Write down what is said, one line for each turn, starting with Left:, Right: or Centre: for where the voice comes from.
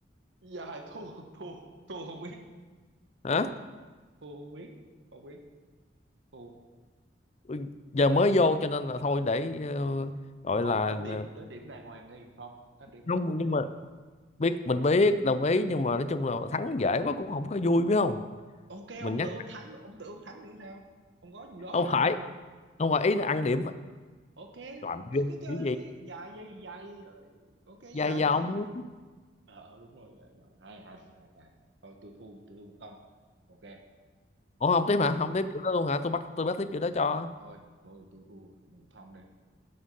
Right: dài thua thua thua không biết
Left: hả
Right: thua không biết không biết thua.
Left: Ừ, giờ mới vô cho nên là thôi để ờ, gọi
Right: không
Left: là
Right: tính
Left: là-
Right: điểm tính điểm đàng hoàng đi không tính điểm đàng
Left: không
Right: hoàng
Left: nhưng
Right: đi
Left: mà biết mình biết đồng ý nhưng mà nói chung là thắng dễ quá cũng không có vui biết không
Right: ok
Left: mình
Right: ông
Left: nhắc
Right: tưởng ông thắng ông tưởng ông thắng nữa sao không có vụ đó
Left: không
Right: đâu
Left: phải không phải ý là ăn điểm
Right: ok
Left: làm
Right: tôi
Left: cái
Right: cứ chơi
Left: gì
Right: đi dài gì dài gì ok
Left: dài
Right: dài
Left: dòng
Right: chơi ờ ờ, đúng rồi, ờ, hai hai hai hai hai. thôi tôi thua tôi thua một không ok
Left: Ủa không
Right: ok
Left: tiếp hả? Không tiếp kiểu đó luôn hả? Tôi bắt tôi bắt tiếp kiểu đó cho.
Right: thôi tôi tôi thua một không đi